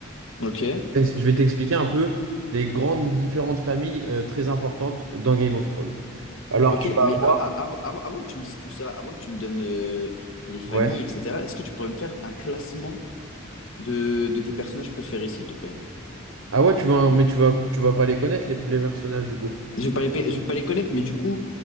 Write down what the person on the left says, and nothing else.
Ok.
Ok,
mais
a- a- av- av- avant que tu me dises tout ça, avant que tu me donnes euh, les familles,
etc., est-ce que tu pourrais me faire un classement de, de tes personnages préférés, s'il te plaît?
Je vais pas les, pa- je vais pas les connaître, mais du coup,